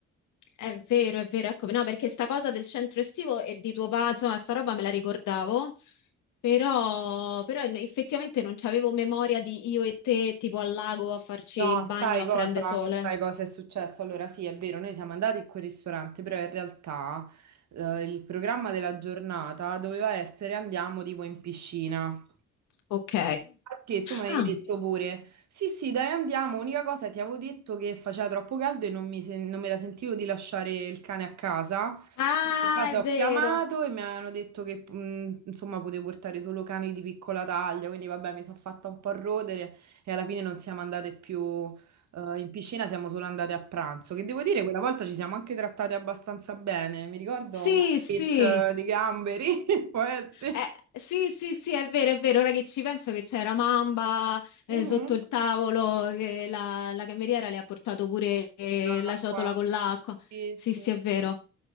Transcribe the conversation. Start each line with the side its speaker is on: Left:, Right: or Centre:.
Left: è vero, è vero, ecco, no, perché sta cosa del centro estivo e di tuo padre, insomma, sta roba me la ricordavo, però, però effettivamente non c'avevo memoria di io e te, tipo al lago a farci
Right: No,
Left: il bagno
Right: sai
Left: a
Right: cosa?
Left: prende sole.
Right: Sai cosa è successo? Allora, sì, è vero, noi siamo andati in quel ristorante, però in realtà eh, il programma della giornata doveva essere andiamo tipo in piscina.
Left: Ok.
Right: Che tu mi hai
Left: Ah,
Right: detto pure, sì, sì, dai, andiamo. Unica cosa, ti avevo detto che faceva troppo caldo e non mi, sen- non me la sentivo di lasciare il cane a casa.
Left: Ah,
Right: Quindi di base
Left: è
Right: ho
Left: vero.
Right: chiamato e mi hanno detto che mh, insomma potevo portare solo cani di piccola taglia. Quindi vabbè, mi sono fatta un po' rodere e alla fine non siamo andate più eh, in piscina, siamo solo andate a pranzo. Che devo dire, quella volta ci siamo anche trattate abbastanza bene. Mi ricordo
Left: Sì,
Right: una
Left: sì.
Right: pesca di gamberi, <laughs> può essere.
Left: Eh, sì, sì, sì, è vero, è vero. Ora che ci penso che c'era Mamba eh,
Right: Mhm.
Left: sotto il tavolo, che la, la cameriera le ha portato pure eh,
Right: Acqua.
Left: la ciotola con l'acqua.
Right: Sì,
Left: Sì,
Right: sì.
Left: sì, è vero.